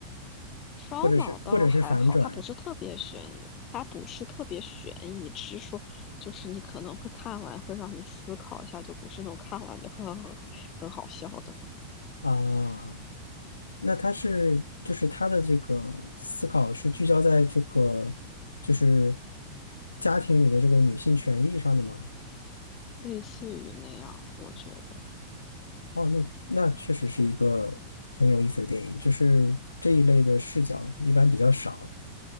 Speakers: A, on the left; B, on the left.
A: 烧脑倒还好，
B: 或者是或者是反转
A: 它不是特别悬疑，它不是特别悬疑，只是说就是你可能会看完会让你思考一下，就不是那种看完就 <laughs> 呵呵呵很好笑的那种，
B: 啊。那他是就是他的这个思考是聚焦在这个就是家庭里的这个女性权益上的吗？
A: 类似于那样，我觉得，
B: 哦，那那确实是一个很有意思的电影，就是这一类的视角一般比较少